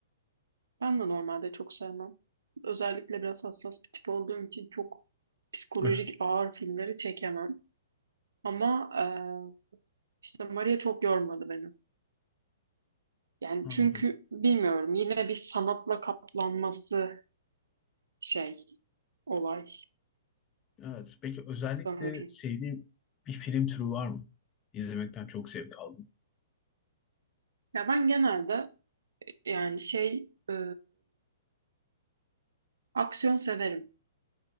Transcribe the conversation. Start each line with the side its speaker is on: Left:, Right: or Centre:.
Right: Ben de normalde çok sevmem. Özellikle biraz hassas bir tip olduğum için çok psikolojik
Left: <laughs>
Right: ağır filmleri çekemem. Ama e, işte Maria çok yormadı beni. Yani
Left: Anladım.
Right: çünkü bilmiyorum yine bir sanatla kaplanması şey, olay
Left: Evet. Peki özellikle
Right: sanırım.
Left: sevdiğin bir film türü var mı? İzlemekten çok zevk aldım.
Right: Ya ben genelde yani şey e, aksiyon severim.